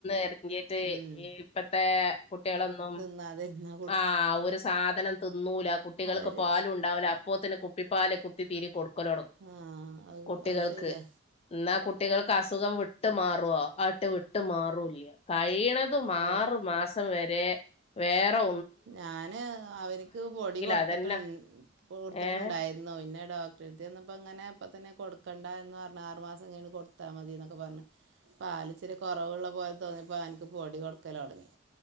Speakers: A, on the left; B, on the right.
A: എറങ്ങീട്ട്
B: ഉം
A: ഇപ്പത്തെ കുട്ടികളൊന്നും
B: അതെന്നെ
A: ആ ഒരു സാധനം തിന്നൂല കുട്ടികൾക്ക്
B: അവര്
A: പാലും ഉണ്ടാവൂല അപ്പോത്തിന് കുപ്പിപ്പാല് കുത്തി തീരി കൊടുക്കല് തുടങ്ങും
B: ആ അത്
A: കുട്ടികൾക്ക്
B: അത് ശരിയാ
A: എന്നാ കുട്ടികൾക്ക് അസുഖം വിട്ട് മാറുവോ ആട്ട് വിട്ട് മാറൂല്ല കഴിയണത് ആറ്
B: അതെ
A: മാസം വരെ വേറൊ
B: ഞാന് അവര്ക്ക് പൊടി കൊടുത്തിട്ടു
A: അതന്നെ
B: കൊടുത്തിട്ടുണ്ടായിരു
A: ഏഹ്
B: ന്നു പിന്നെ ഡോക്ടറടുത്ത് ചെന്നപ്പോ ഇങ്ങനെ ഇപ്പൊ തന്നെ കൊടുക്കണ്ട എന്ന് പറഞ്ഞ് ആറ് മാസം കഴിഞ്ഞിട്ട് കൊടുത്താൽ മതി എന്നൊക്കെ പറഞ്ഞ് പാലിച്ചിരി കുറവുള്ള പോലെ തോന്നിയപ്പോൾ അവന്ക്ക് പൊടി കൊടുക്കല തുടങ്ങി